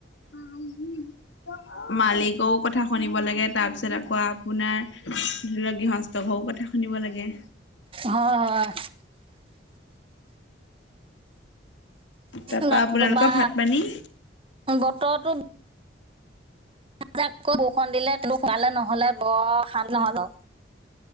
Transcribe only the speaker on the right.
হয় হয়।
নতুবা
বতৰতো জাক আকৌ বৰষুণ দিলে তোক খোৱালে নহলে বৰ খাল নহয় ক।